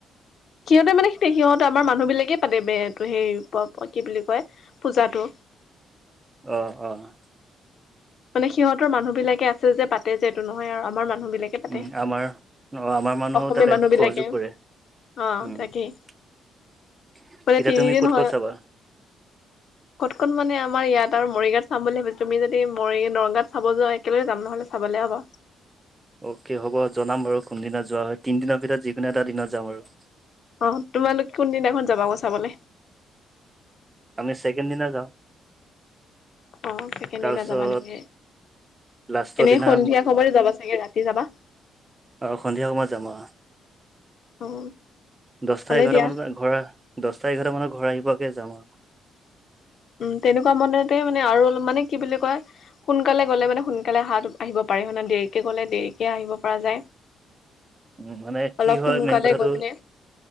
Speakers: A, on the left; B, on the right.
A: সিহঁতে মানে তে সিহঁত আমাৰ মানুহ বিলাকেই পাতে বে কৈ, সেই পোৱা কি বুলি কয় পূজাটো।
B: অ', অ'।
A: মানে সিহঁতৰ মানুহ বিলাকে আছে যে পাতে যে এইটো নহয় আৰু আমাৰ মানুহ বিলাকে পাতে।
B: উম, আমাৰ অ' আমাৰ মানুহো
A: অসমীয়া
B: তাতে
A: মানুহ
B: সহযোগ
A: বিলাকে
B: কৰে,
A: অ
B: উম।
A: তাকেই
B: <unintelligible>
A: মানে
B: এতিয়া
A: তিনিদিন
B: তুমি ক'ত
A: হয়
B: ক'ত চাবা
A: ক'ত ক'ত মানে আমাৰ ইয়াত আৰু মৰিগাঁৱত চাম বুলি ভাবিছিলো, তুমি যদি মই নগাঁওত চাব যোৱা একেলগে যাম নহ'লে চাবলে হ'ব।
B: অ'কে হ'ব জনাম বাৰু কোনদিনা যোৱা হয়, তিনিদিনৰ ভিতৰত, যিকোনো এটা দিনত যাম আৰু।
A: অ', তোমালোক কোনদিনাখন যাবা আকৌ চাবলে?
B: আমি ছেকেণ্ড দিনা যাওঁ।
A: অ' ছেকেণ্ড
B: তাৰপিছত
A: দিনা যাবা নেকি।
B: লাষ্টৰ
A: এনেই
B: দিনা
A: সন্ধিয়া সময়তে যাবা চাগে, ৰাতি যাবা।
B: অ' সন্ধিয়া সময়ত যাম অ'।
A: অ
B: দহটা
A: ভালে
B: এঘাৰটা
A: দিয়া
B: মানত ঘৰ, দহটা এঘাৰটা মানত ঘৰ আহি পোৱাকে যাম আৰু।
A: উম, তেনেকুৱা মনতে মানে আৰু অলপ মানে কি বুলি কয় সোনকালে গ'লে মানে সোনকালে হাত আহিব পাৰি মানে দেৰিকে গ'লে দেৰিকে আহিব পৰা যায়।
B: উম, মানে কি
A: অলপ
B: হয়
A: সোনকালে
B: মেইন কথাটো
A: গৈ পিনে